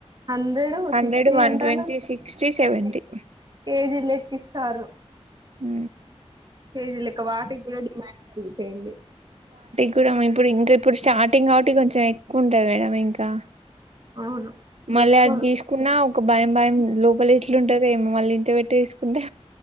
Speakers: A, on the right; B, on the right.
A: hundred
B: hundred
A: sixty
B: one
A: అంటాను
B: ట్వంటీ సిక్స్టీ సెవెంటీ
A: కె కేజీ లే కిిస్తారు
B: ఉ
A: కేజీ లక వాటికి కూడా డిమాడ్ ఉ న్ పోయింది
B: ఇపుడేమో ఇప్పుడు ఇంకా ఇప్పుడు స్టార్టింగ్ గావటి కొంచెం ఎక్కువ ఉంటది గదా ఇంకా
A: అవును ఇంకెక్కువ
B: మళ్ అది తీసుకున్నా ఒక భయం భయం లోపల ఎట్లు ఉంటందో ఏమో మళ్ళ ఇంత పెట్టి వేసుకుంటే